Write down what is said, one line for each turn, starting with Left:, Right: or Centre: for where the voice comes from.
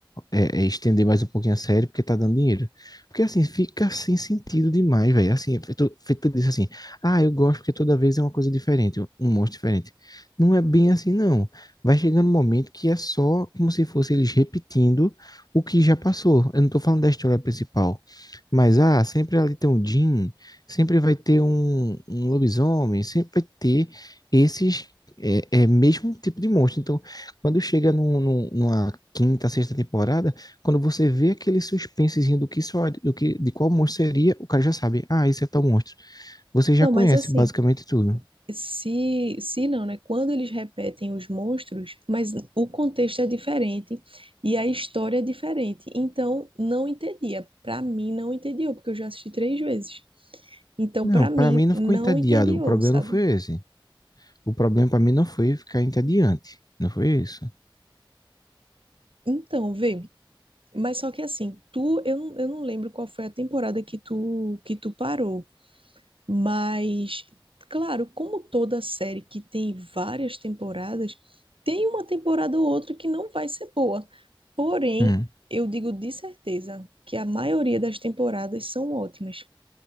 Left: é, é, estender mais um pouquinho a série porque tá dando dinheiro. Porque assim, fica sem sentido demais, velho. Assim, é feito, feito disso assim, ah, eu gosto porque toda vez é uma coisa diferente, um monstro diferente. Não é bem assim, não. Vai chegando um momento que é só como se fosse eles repetindo o que já passou. Eu não tô falando da história principal. Mas, ah, sempre ali tem o Jim sempre vai ter um, um lobisomem, sempre vai ter esses é, é, mesmo um tipo de monstro. Então, quando chega num, num- numa quinta, sexta temporada, quando você vê aquele suspensezinho do que só, do que, de qual monstro seria, o cara já sabe, ah, esse é tal monstro. Você já
Right: Não,
Left: conhece
Right: mas assim,
Left: basicamente tudo.
Right: se, se não, né? Quando eles repetem os monstros, mas o contexto é diferente e a história é diferente. Então, não entendia. Para mim, não entediou, porque eu já assisti três vezes. Então,
Left: Não,
Right: para
Left: para
Right: mim,
Left: mim não
Right: não
Left: ficou entediado.
Right: entediou,
Left: O problema
Right: sabe?
Left: não foi esse. O problema para mim não foi ficar entediante. Não foi isso.
Right: Então, vê. Mas só que assim, tu, eu, não- eu não lembro qual foi a temporada que tu, que tu parou. Mas, claro, como toda série que tem várias temporadas, tem uma temporada ou outra que não vai ser boa. Porém,
Left: Hum,
Right: eu digo de certeza que a maioria das temporadas são ótimas.